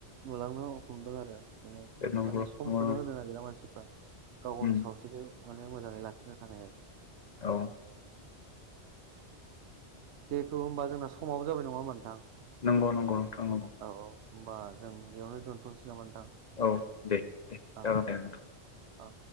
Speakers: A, on the right; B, on the left.
A: नुलांनो हमदों आरो ओ
B: नंगौ
A: माने
B: नंगौ नोंथां
A: समखोनो होनो नागिरा मानसिफ्रा गाव गावनि
B: उम
A: सावस्रिखौ अनेक मोजाङै लाखिनो थाखाय
B: औ
A: जेहेटु होमबा जोंना समावबो जाबाय नङाओमबा नोंथां
B: नंगौ नंगौ नोंथां नंगौ
A: औ औ होमबा जों बेयावनो दोन्थ'नोसै नामा नोंथां?
B: औ दे दे जागोन
A: औ
B: दे नोंथां
A: औ।